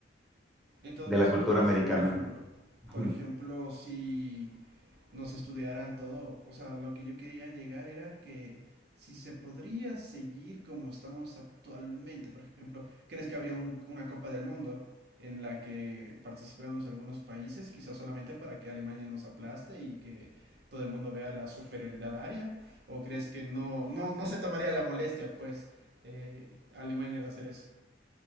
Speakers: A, on the right; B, in the centre.
A: En todo
B: de
A: caso,
B: la cultura
A: ¿tú crees
B: americana.
A: que, por ejemplo,
B: <laughs>
A: por ejemplo, si nos estudiaran todo, o sea, lo que yo quería llegar era que si se podría seguir como estamos actualmente, por ejemplo, ¿crees que habría un- una Copa del Mundo en la que participemos algunos países, quizás solamente para que Alemania nos aplaste y que todo el mundo vea la superioridad aria? ¿O crees que no, no, no se tomaría la molestia, pues, eh, Alemania de hacer eso?